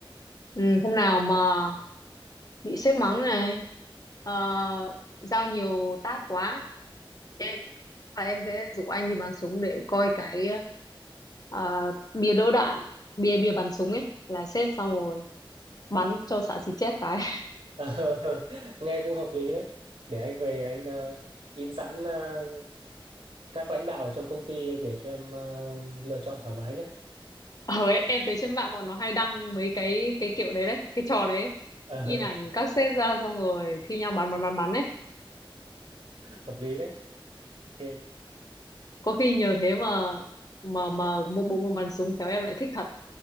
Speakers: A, on the left; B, on the right.
A: Ừ, hôm nào mà bị sếp mắng này, ờ, giao nhiều task quá, em chắc là em sẽ rủ anh đi bắn súng để coi cái ờ, bia đỡ đạn, bia bia bắn súng ấy là xếp xong rồi bắn cho xạ xì chết cái
B: Ờ, nghe cũng hợp lý đấy để anh về anh à, in sẵn à, các lãnh đạo trong công ty để cho em à, lựa chọn thoải mái nhé
A: <laughs> ờ ấy em thấy trên mạng bọn nó hay đăng mấy cái cái kiểu đấy đấy cái trò đấy ấy.
B: <laughs>
A: in ảnh các sếp ra xong rồi thi nhau bắn bắn bắn bắn ấy
B: hợp lý đấy ok
A: có khi nhờ thế mà mà mà một bộ môn bắn súng khéo em lại thích thật